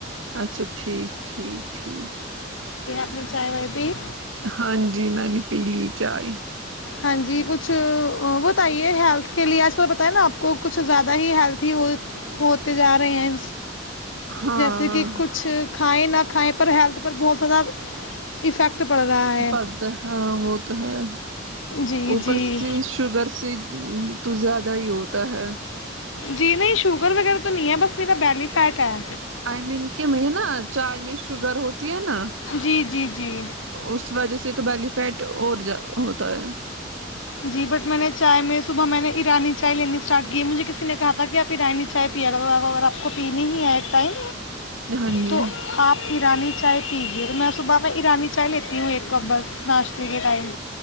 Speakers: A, on the right (about 80°); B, on the left (about 75°).
A: اچھا ٹھیک ٹھیک ٹھیک
B: مر چائے وائے بھی
A: ہاں جی میں نے پیلی چائے
B: ہاں جی کچھ بتائیے ہیلتھ کے لیے آج کل پت ہے نا آپ کو کچھ زیادہ ہیلتھی ہو ہوتے جا رہے ہیں
A: ہاں
B: جیسے کہ کچھ کھیں نہ کھیں پر ہیلتھ پر بہت زیادہ افیکٹ پڑ رہا ہے
A: پڑھتا ہاں وہ تو ہے
B: جی
A: اوپر
B: جی
A: سے شوگر سے تو زیادہ ہی ہوتا ہے
B: جی نہیں شوگر وغیرہ تو نہیں ہے بس میرا بیلی فیٹ ہے
A: آئی مین کہ میں نا چائے میں شوگر ہوتی ہے نا
B: جی جی جی
A: اس وجہ سے تو بیلی فیٹ اور ہوتا ہے
B: جی بٹ میں نے چائے میں صبح میں نے ایرانی چائے لین نے اسٹارٹ گے مجے اسسی نے کہا تھا کہ آپھی رائانی چائے پیا کر اگر آپ کو پینی ہی ہے ایک ٹائم
A: ہاں جی
B: تو آپ ایرانی چائے پیجیے تو میں صبح کا ایرانی چائے لیتی ہوں ایک کپ بس ناشتے کے ٹائم